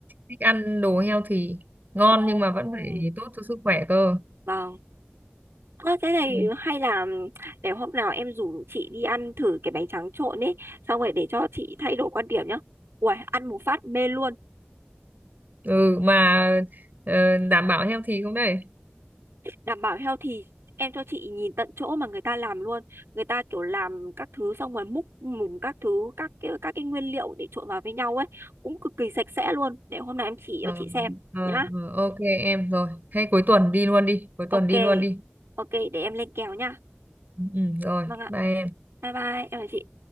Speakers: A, on the right (about 45°); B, on the right (about 75°).
A: thích ăn đồ healthy ngon
B: ồ,
A: nhưng mà vẫn phải tốt cho sức khỏe cơ
B: vâng. Ơ, thế này
A: ừ,
B: hay là để hôm nào em rủ chị đi ăn thử cái bánh tráng trộn ấy. Xong rồi để cho chị thay đổi quan điểm nhá. Uầy, ăn một phát mê luôn.
A: ừ mà ờ, đảm bảo healthy không đây
B: đảm bảo healthy em cho chị nhìn tận chỗ mà người ta làm luôn người ta kiểu làm các thứ xong rồi múc mùng các thứ các cái các cái nguyên liệu để trộn vào với nhau ấy cũng cực kỳ sạch sẽ luôn để hôm nào em chỉ cho
A: ờ,
B: chị xem
A: ờ,
B: nhá
A: ờ, ok em rồi hay cuối tuần đi luôn đi cuối
B: ok
A: tuần đi luôn đi
B: ok để em lên kèo nhá
A: ừ, ừ, rồi
B: vâng ạ
A: bye em.
B: bye bye em chào chị